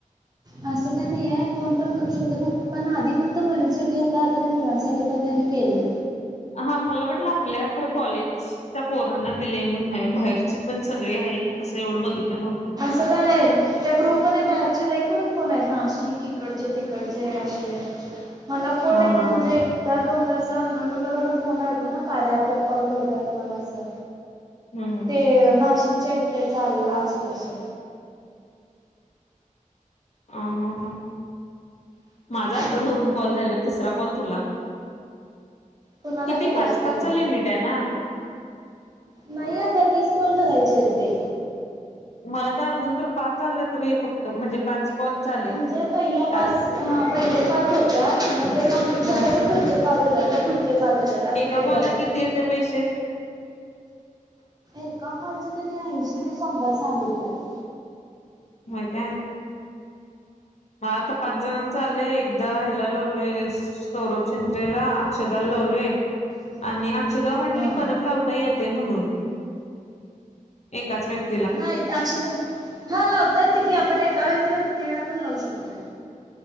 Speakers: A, on the right; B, on the left.
A: असं काही नाही आहे, कोण पण करू शकत, फक्त पण आधी फक्त मुलींसाठी होत, आता ते मुलांसाठी पण त्यांनी केलंय
B: हा, मला वाटलं आपल्या खर कॉलेजच्या पोरांना दिले, म्हण बाहेरचे पण सगळे आहेत, असं एवढं बघितलं नव्हतं
A: तं का नाही त्या ग्रुप मध्ये बाहेरचे लई कोण कोण आहेत नाशिक अशी इकडचे तिकडचे असे मला फोन
B: हा
A: येत
B: हा
A: म्हणजे
B: हा
A: एकदा दोनदा अंनौन नंबरवर फोन आलते ना कार्या ऍप वर कॉल करू का तुम्हाला असं
B: हम्म हम्म हम्म
A: ते नाशिकच्या एकट्याच आलेलं असं, तसं
B: हां, हां, हां माझा
A: हा
B: आत्ता दोन कॉल झालेत तिसरा कॉल तुला
A: कुणाला
B: किती?
A: केल्यास
B: पाच
A: पहिला
B: पाचच लिमिट आहे ना
A: नाही अग तीस कॉल करायचेत आहेत ते
B: मला तर अजून तर पाच आलेत बई फक्त, म्हणजे पाच कॉल आले.
A: म्हणजे पहिल्या
B: टास्क
A: पाच हा पहिले पाच होत्या मग ते कमप्लीट
B: हम्म
A: झाल्या तर पुढचे पाच होतात पुढचे पाच येतात असं
B: एका
A: येत
B: कॉलला
A: जातात
B: किती येते पैसे
A: एका कॉलच त्यांनी ऐंशी ते शंभर सांगितलंत
B: माहितीय हा आता पाच जणांचं आलंय एकदा हला लावलोय सौरभ चिच्रेला अक्षदाला लावलय
A: हा
B: आणि अक्षदा म्हणली
A: हा
B: परत लावता येतय म्हणून एकाच व्यक्ती
A: नाही ते अक्षतः हा लावता येतंय की आपण एका व्यक्तीला किती वेळा आपण लावू शकतोय